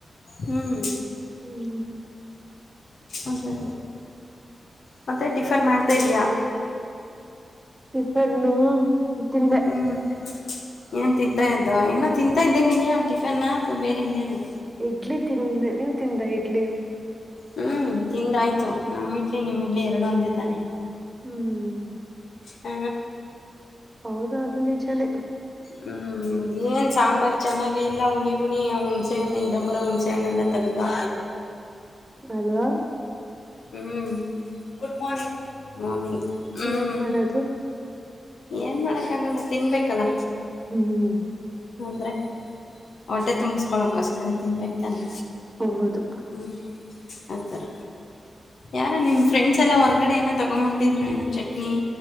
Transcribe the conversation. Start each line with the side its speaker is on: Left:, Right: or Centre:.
Left: ಹ್ಮ್
Right: ಹ್ಮ್
Left: ಅದ ಮತ್ತೆ ಟಿಫನ್ ಮಾಡ್ತಾ ಇದಿದೀಯಾ
Right: ಪ್ಪಣ್ಣು ತಿಂದೆ
Left: ಹ್ಮ್ ಏನ್ ತಿಂತಾ ಇದ್ದ ಏನೋ ತಿಂತಾ ಇದ್ದಂಗಿರಯಾ ಟಿಫನ್ ಅಥ್ವಾ ಬೇರೆ ಇನ್ನೇನ
Right: ಇಡ್ಲಿ ತಿಿಂದ ನೀವ ತಿಂದ ಇಡ್ಲಿ
Left: ಹ್ಮ್ ತಿಂದಾಯ್ತು ನಮ್ಮ ಇಡ್ಲಿ ನಿಮ್ಮ ಇಡ್ಲಿ ಎರಡು ಒಂದೇ ತಾನೆ
Right: ಹ್ಮ್್ಮ
Left: ಹ
Right: ಹೌದು ಅದ ನಿಜನೇ
Left: ಹ್ಮ್ ಅದ ಏನ್ ಸಾಂಬಾರು ಚೆನ್ನಾಗ ಇಲ್ಲ ಹುಿ ಹುಳಿ ಹಣ್ಸೆಣ್ಣ ಇರೊಬ್ಬರ ಹಣ್ಸೆ ಹಣ್ಣ ಎಲ್ಲ ತಗ ಬಾ
Right: ಹಲವಾ
Left: ಹ್ಮ್ ಗುಡ್ ಮನಿಂಗ್ ಮನಿಂಗ್ ಹ್ಮ್
Right: ಏನ್ ಮಾಡೋದು
Left: ಏನ್ ಮಾಡಕ್ಕಗಲ್ಲ ತಿನ್ಬೇಕಲ್ಲ
Right: ಹ್ಮ್್ಮ
Left: ಆದರೆ ಹೊಟ್ಟೆ ತುಂಬಿಸ್ಕೊಳಕೋಸ್ಕರ ತಿನ್ಬೇಕು ತಾನೆ
Right: ಹೌದು
Left: ಹ್ಞೂ ಆಥರ
Right: <inaudible>
Left: ಯಾರ ನಿಮಮ್ಮ ಫ್ರೆಂಡ್ಸ್ ಎಲ್ಲ ಹೊರ್ಗಡೆ ಏನೋ ತಗೊ್ಂಬರ್ತಿದ್ರು ಏನೋ ಚಟ್ನಿ